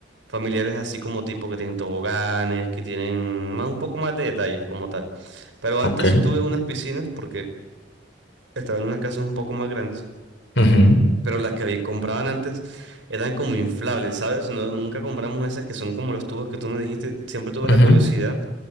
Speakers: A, on the right; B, on the left.
A: familiares, así como tipo que tienen toboganes, que tienen más un poco más de detalles como tal. Pero
B: Ok.
A: antes sí tuve unas piscinas porque estaban en unas casas un poco más grandes,
B: Ujú,
A: pero las que había- compraban antes eran como inflables, ¿sabes? No, nunca compramos esas que son como los tubos que tú me dijiste. Siempre tuve
B: ujú.
A: la curiosidad